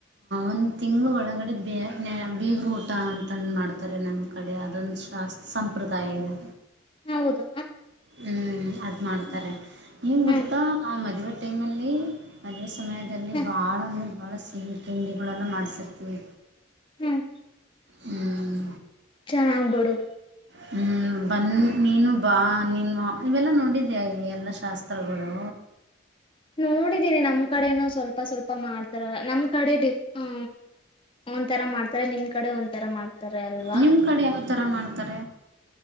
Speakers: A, on the right (about 60°); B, on the left (about 25°).
A: ಒಂದು ತಿಂಳ ಒಳಗಡೆ ಬೀಗರು ಊಟ ಅಂತಂದು ಮಾಡ್ತಾರೆ ನಮ್ಮ ಕಡೆ ಅದೊಂದು ಶಾಸ್ತ್ರ ಸಂಪ್ರದಾಯ ಇದೆ
B: ಹ ಹೌದು
A: ಹ್ಮ್ ಅದ್ ಮಾಡ್ತಾರೆ.
B: ಹ್ಮ್
A: ಏನ್
B: ಹ್ಮ್
A: ಗೊತ್ತಾ ನಾವ್ ಮದುವೆ ಟೈಮಲ್ಲಿ, ಅದೆಷ್ಟ್ ಸಮಯದಲ್ಲಿ
B: ಹ್ಮ್
A: ಬಹಳ ಬಹಳ ಸಿಹಿ ತಿಂಡಿಗಳೆಲ್ಲ ಮಾಡಿಸಿರ್ತೀವಿ
B: ಹ್ಮ್
A: ಹ್ಮ್
B: ಚೆನ್ನಾಗ್ ಬಿಡು
A: ಹ್ಮ್ ಬನ್ನಿ, ನೀನು ಬಾ, ನೀನು ಇವೆಲ್ಲ ನೋಡಿದ್ಯಾಯ ಎಲ್ಲ ಶಾಸ್ತ್ರಗಳು?
B: ನೋಡಿದ್ದೀನಿ ನಮ್ ಕಡೆನೂ ಸ್ವಲ್ಪ ಸ್ವಲ್ಪ ಮಾಡ್ತಾರ ನಮ್ ಕಡೆ ಡಿ, ಹ ಒಂಥರಾ ಮಾಡ್ತಾರ, ನಿಮ್ ಕಡೆ ಒಂಥರ ಮಾಡ್ತ ತರೆ ಅಲ್ವಾ
A: ನಿಮ್ಮ ಕಡೆ ಯಾವ ಥರ ಮಾಡ್ತಾರೆ?